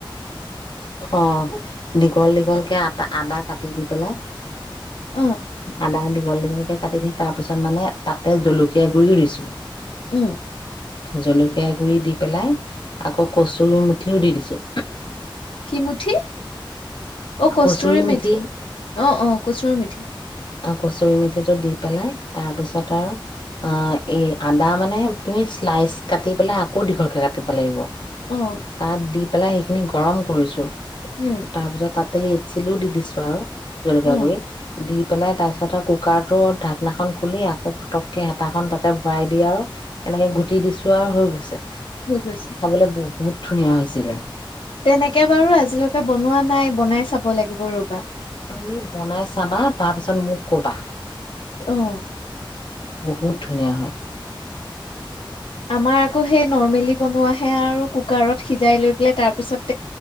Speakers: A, on the left; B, on the left.
A: অ দীঘল দীঘলকে আদ আদা কাটি দি পেলাই
B: অ'
A: আদা দীঘল দীঘলকে কাটি দি তাৰ পিছত মানে তাতে জলকীয়া গুৰিও দিছো
B: উম
A: জলকীয়া গুৰি দি পেলাই আকৌ কচুৰ মুঠিও দি দিছোঁ
B: কি মুঠি অ কস্তুৰী
A: কচুৰি
B: মেঠি
A: মিঠি
B: অ অ কচুৰ মেঠি
A: কচৰি মেথিটো দি পেলাই তাৰপিছত আৰু এই আদা মানে তুমি শ্লাইচ কাটি পেলাই আকৌ দীঘলকৈ কাটিব লাগিব
B: অ'
A: তাত দি্বপ পেলাই সেইখিনি গৰম কৰিছো
B: উম
A: তাৰপিছত তাত তাতে ৰেডচিলো ও দি দিছোঁ আও জলকীয়া
B: অ'
A: গুৰি দিপ পেলাই তাৰ পিছত আৰু কুকাৰ টো ঢাকনাখন খুলি আকৌ পটককে হেতাখন তাতে ভৰাই দিয়ে আৰু এনেকে গুটি দিছো আৰু হৈ গ'ল আছে
B: ৰ গৈছে
A: লে বহুত ধুনীয়া হৈছিলে
B: তেনেকে বাৰু আজিলৈকে বনোৱা নাই বনাই চাব লাগিব ৰবা
A: তুমি বনাইছা চাবা তাৰ পিছত মোক কবা
B: আহ
A: বহুত ধুনীয়া হয়
B: আমাৰ আকৌ সেই নৰৰ্মেলি বনোৱাাহে আৰু কুকাৰত সিজাই লৈ পাই তাৰপিছত